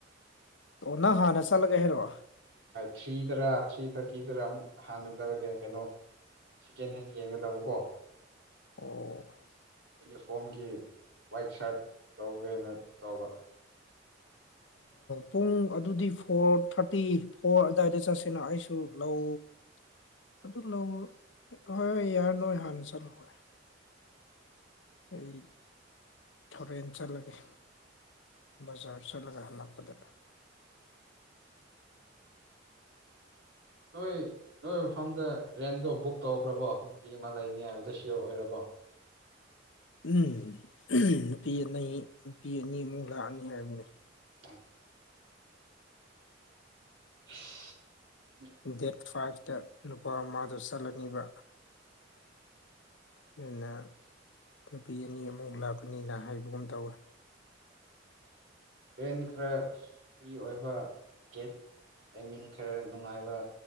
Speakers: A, on the left (about 75°); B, on the right (about 75°).
A: ꯑꯣꯅ ꯍꯥꯟꯅ ꯆꯠꯂꯒ ꯍꯥꯏꯔꯛꯑꯣ
B: ꯊ꯭ꯔꯤꯗꯔꯥ ꯊ꯭ꯔꯤ ꯊꯥꯔꯇꯤꯗꯔ ꯑꯃꯨꯛ ꯍꯥꯟꯅꯖꯔꯒꯦ ꯀꯩꯅꯣ ꯁꯦꯀꯦꯟ ꯍꯦꯟ ꯌꯦꯡꯒꯗꯕꯀꯣ
A: ꯑꯣ
B: ꯌꯨꯅꯤꯐꯣꯔꯝꯒꯤ ꯋꯥꯏꯠ ꯁꯥꯔꯠ ꯂꯧꯒꯦꯅ ꯇꯧꯕ
A: ꯄꯨꯡ ꯑꯗꯨꯗꯤ ꯐꯣꯔ ꯊꯥꯔꯇꯤ ꯐꯣꯔ ꯑꯗꯨꯋꯥꯏꯗ ꯆꯠꯁꯦꯅ ꯑꯩꯁꯨ ꯂꯧ ꯑꯗꯨ ꯂꯧ ꯍꯣꯏꯣꯏ ꯌꯥꯔ ꯅꯣꯏ ꯍꯥꯟꯅ ꯆꯜꯂꯨ ꯍꯣꯏ ꯑꯩ ꯊꯣꯔꯦꯟ ꯆꯠꯂꯒꯦ ꯖꯔ ꯆꯠꯂꯒ ꯍꯥꯂꯞꯗ
B: ꯅꯣꯏ ꯅꯣꯏ ꯃꯐꯝꯗ ꯔꯦꯟꯗꯣ ꯕꯨꯛ ꯇꯧꯈ꯭ꯔꯕꯣ ꯅꯨꯄꯤ ꯑꯃ ꯂꯩꯅꯤ ꯍꯥꯏꯕꯗ ꯁꯤꯌꯣꯔ ꯑꯣꯏꯔꯕꯣ
A: ꯎꯝ ꯅꯨꯄꯤ ꯑꯅꯤ ꯅꯨꯄꯤ ꯑꯅꯤ ꯑꯃꯨꯛ ꯂꯥꯛꯑꯅꯤ ꯍꯥꯏꯕꯅꯤ
B: ꯑ <inaudible>
A: ꯗꯦꯠ ꯐꯥꯏꯚꯇ ꯅꯨꯄꯥ ꯑꯃꯗꯨ ꯆꯠꯂꯅꯤꯕ ꯑꯗꯨꯅ ꯅꯨꯄꯤ ꯑꯅꯤ ꯑꯃꯨ ꯂꯥꯛꯀꯅꯤꯅ ꯍꯥꯏꯕꯒꯨꯝ ꯇꯧꯋꯦ
B: ꯔ꯭ꯔꯦꯟ ꯈꯔ ꯐ꯭ꯔꯤ ꯑꯣꯏꯕ ꯇꯀꯦꯠ ꯇꯥꯏꯃꯤꯡ ꯈꯔ ꯅꯨꯡꯉꯥꯏꯕ